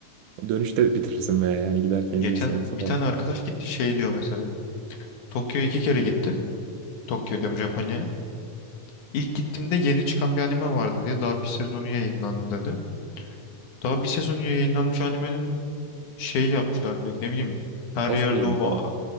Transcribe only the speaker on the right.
Dönüşte bitirirsin veya yani giderken
izleyesin yoksa
falan.
Cosplay'ini
falan.